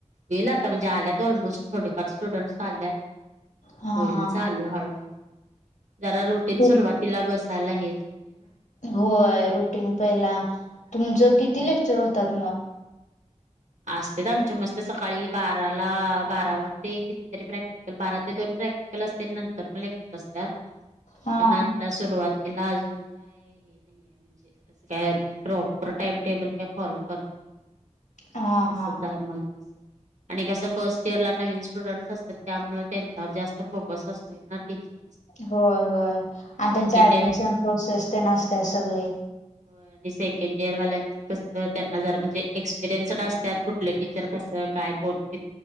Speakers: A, on the right (about 75°); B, on the left (about 90°).
A: वेला आता म्हणजाला ऑलमोस्ट थोडेफार स्टुडंट्स आल्यात
B: हा
A: होईल
B: हा
A: चालू हळूहळू जरा रुटीन
B: खूप
A: सुरुवातीला बसायला हे <unintelligible>
B: होय रुटीन पहिला तुमचं
A: हम्म
B: किती लेक्चर होतात मग
A: असतेत आमच्या मस्त सकाळी बाराला बारा वाजते कितीतरी प्रॅक्ट बारा ते दोन प्रॅक्टिकल असते नंतर मग लेक्चर असतात
B: हा
A: पण <unintelligible> सुरुवातीला अजून काय हे <unintelligible> प्रॉपर टाइम टेबल काय फॉलो करत नाही
B: हा
A: ते आस
B: हा
A: का मंग. आणि कसं फस्ट इयर ला नवीन स्टुडंट्स असतात त्यामुळे त्यांच्यावर जास्त फोकस असतो ना टीचर
B: होय होय आणि त्यांची ऍडमिशन
A: इयर
B: प्रोसेस तेन असत्या सगळी
A: होय आणि सेकंड इयर वाल्यांच कस त्यांना जर म्हणजे एक्सपिरियन्ड असत. त्यात कुटले टीचर कस काय कोण कित